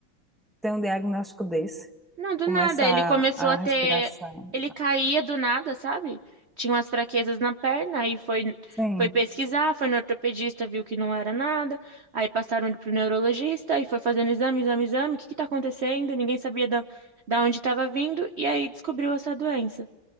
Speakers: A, in the centre; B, on the right (about 40°).
A: ter um diagnóstico desse,
B: Não, do
A: começa
B: nada. Ele começou
A: a,
B: a
A: a
B: ter.
A: respiração.
B: Ele caía do nada, sabe? Tinha umas fraquezas na perna, aí foi,
A: Sim,
B: foi pesquisar, foi no ortopedista, viu que não era nada. Aí passaram ele pro neurologista e foi fazendo exame, exame, exame. O que que tá acontecendo? Ninguém sabia da, da onde estava vindo. E aí descobriu essa doença.